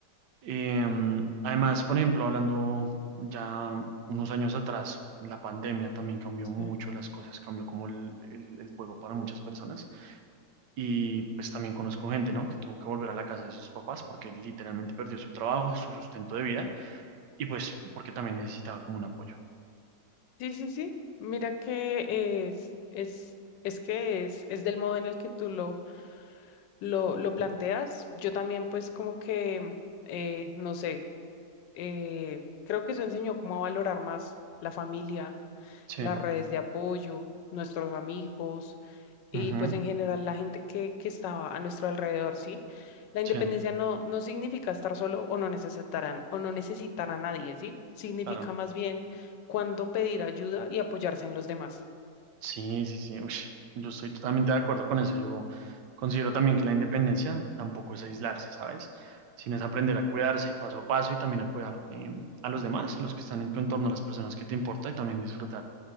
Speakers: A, on the right; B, on the left.
A: Em, además, por ejemplo, hablando ya unos años atrás, la pandemia también cambió
B: Sí,
A: mucho las cosas, cambió como el, el el juego para muchas personas y pues también conozco gente, ¿no? Que tuvo que volver a la casa de sus papás porque literalmente perdió su trabajo, su sustento de vida y pues porque también necesitaba como un apoyo.
B: sí, sí. sí. Mira que es, es, es que es, es del modo en el que tú lo, lo, lo planteas. Yo también pues como que, eh, no sé, eh, creo que eso enseñó cómo a valorar más la familia
A: Sí,
B: las redes de apoyo, nuestros amigos y
A: ujú,
B: pues en general la gente que, que estaba a nuestro alrededor, ¿sí? La independencia
A: sí,
B: no, no significa estar solo o no necesitarán o no necesitar a nadie, ¿sí? Significa
A: claro.
B: más bien cuando pedir ayuda y apoyarse en los demás.
A: Sí, sí, sí. ush, yo estoy totalmente de acuerdo con eso. Yo considero también que la independencia tampoco es aislarse, ¿sabes? Sino es aprender a cuidarse y paso a paso y también a cuidar eh, a los demás, a los que están en tu entorno, a las personas que te importa y también disfrutar